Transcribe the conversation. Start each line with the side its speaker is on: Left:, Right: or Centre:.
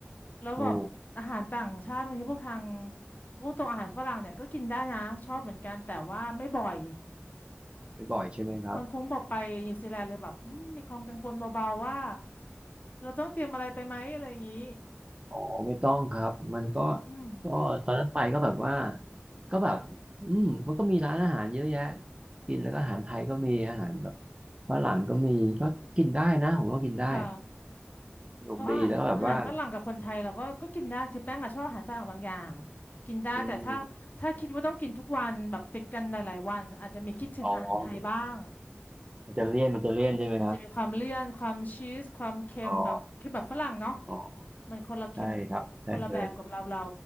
Left: แล้วแบบอาหารต่างชาติบางทีพวกทาง
Right: ดู
Left: พวกตรงอาหารฝรั่งเนี่ยก็กินได้นะชอบเหมือนกันแต่ว่าไม่บ่อย
Right: ไปบ่อยใช่ไหมครับ
Left: พอนคุ้งบอกไปนิวซีแลนด์เลยแบบอืมมีความกังวลเบาๆว่าเราต้องเตรียมอะไรไปไหมอะไรอย่างนี้
Right: อ๋อไม่ต้องครับมันก็
Left: อืม
Right: ก็ตอนนั้นไปก็แบบว่าก็แบบอืมมันก็มีร้านอาหารเยอะแยะกินแล้วก็อาหารไทยก็มีอาหารแบบฝรั่งก็มีก็กินได้นะผมว่ากินได้
Left: ค่ะ
Right: สนุกดีแล้วก็แบบว่า
Left: เพราะอาหารอาหารฝรั่งกับคนไทยเราก็ก็กินได้คือแป้งอะชอบอาหารฝรั่งบางอย่างกินได้แต่ถ้าถ้าคิดว่าต้องกินทุกวันแบบติดกันหลายๆวันอาจจะมีคิดถึงอาหารไทยบ้าง
Right: อืมอ๋อมันจะเลี่ยนมันจะเลี่ยนใช่ไหมครับ
Left: มันจะมีความเลี่ยนความชีสความเค็มแบบเค็มแบบฝรั่งเนาะ
Right: อ๋ออ๋อ
Left: มันคนละเค็ม
Right: ใช่ครับใช่เลย
Left: คนละแบบกับเราเรา